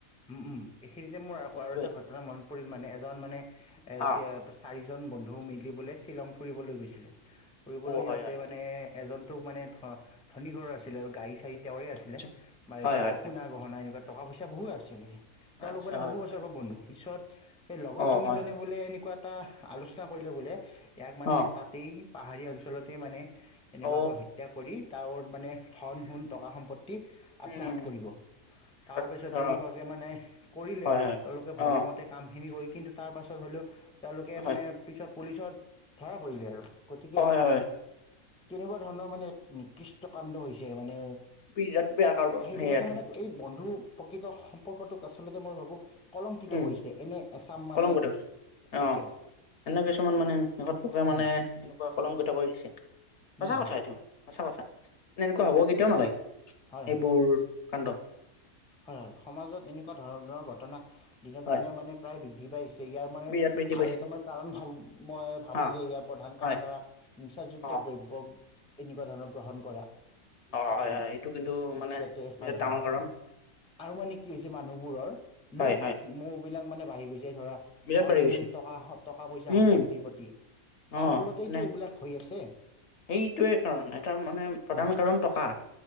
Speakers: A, in the centre; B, on the left.
A: উম উম এইখিনিতে মোৰ আৰু
B: সেইটোৱে
A: আৰু এটা কথা মনত পৰিল মানে এজন মানে এ এতিয়া
B: অ
A: চাৰি জন বন্ধু মিলিবলৈ শ্বিলং ফুৰিবলৈ গৈছিলে ফুৰিবলৈ
B: অ হয়
A: যাওঁতে
B: হয়
A: মানে এজন তোক মানে ধ ধনী ঘৰৰ আছিলে আৰু গাড়ী চাৰি তেওঁৰে আছিলে
B: আচ্ছা
A: মানে
B: হয়
A: তেওঁৰ
B: হয় হয়
A: সুনা গহনা এনেকুৱা টকা পইছা বহু আছে আছে মানে তেওঁলোক
B: আচ্ছা
A: মানে
B: হয়
A: বহু
B: হয়
A: বছৰৰ পৰা বন্ধু পিছত সেই লগৰ
B: অ
A: তিনিজনে
B: হয়
A: বোলে এনেকুৱা এটা আলোচনা কৰিলে বোলে ইয়াক মানে
B: অ
A: তাতেই পাহাৰীয়া অঞ্চলতে মানে এনেকুৱাকৈ
B: অ
A: হত্যা কৰি তা ঘৰত মানে ধন সোণ টকা সম্পতি তি আত্মসাত
B: উম
A: কৰিব তাৰপিছত
B: আচ্ছা
A: তেনেকুৱা যে মানে কৰিলে
B: হয় হয়
A: তেওঁলোকে ভবা
B: অ
A: মতে কামখিনি হৈ কিন্তু তাৰ পাছত হ'লেও তেওঁলোকে
B: হয়
A: মানে পিছত পুলিচত ধৰা পৰিলে আৰু গতিকে,
B: হয় হয়
A: কেনেকোৱা ধৰণৰ মানে নিকৃষ্ট কাণ্ড হৈছে মানে
B: বিৰাট বেয়া কাৰবাৰ
A: সেইবিলাকে
B: সেয়াটো
A: মানে এই বন্ধু প্ৰকৃত সম সম্পৰ্কটোক আচলতে মই ভাবোঁ
B: উম
A: কৰিছে এনে এচাম মানে
B: কলংগদেউচ
A: লোকে
B: অঁ এনে কিছুমান মানে সিহঁত লোকে
A: হম,
B: মানে এনেকোৱা কলংকিত কৰিছে। সঁচা
A: হম, হম,
B: কথা এইটো সঁচা কথা নে এনেকোৱা
A: গতিকে
B: হ'ব কেতিয়াও নালাগে
A: হয় হয়
B: এইবোৰ কাণ্ড।
A: হয় হয় সমাজত এনেকোৱা ধৰণৰ ঘটনা দিনক
B: হয়
A: দিনে মানে প্ৰায় বৃদ্ধি ডিভাইছ্ এইয়াৰ মানে
B: বিৰাট বৃদ্ধি
A: আৰু
B: পাইছে
A: এটা মই কাৰণ ভাবোঁ মই ভাবোঁ
B: অ
A: যে ইয়াৰ প্ৰধান
B: হয়
A: কাৰণ ধৰা নিচাযুক্ত
B: অ
A: দ্ৰব্য। তেনেকুৱা ধৰণৰ গ্ৰহণ কৰা।
B: অ
A: প্ৰথম
B: হয় হয় এইটো কিন্তু
A: দ্বিতীয়তে
B: মানে
A: হয়
B: বিৰাট
A: হয়
B: ডাঙৰ কাৰণ।
A: আৰু মানে কি হৈছে মানুহবোৰৰ
B: হয়
A: লোভ
B: হয়
A: মোহ বিলাক মানে নে বাঢ়ি গৈছে। ধৰা
B: বিৰাট
A: ধন
B: বাঢ়ি গৈছে
A: সোণ টকা টকা পইচা
B: উম
A: সম্পত্তিৰ প্ৰতি
B: অ
A: তাৰ ফলতেইটো
B: মানে
A: এইবিলাক হৈ আছে।
B: সেইটোৱে কাৰণ এটা মানে প্ৰধান
A: উম
B: কাৰণ টকা।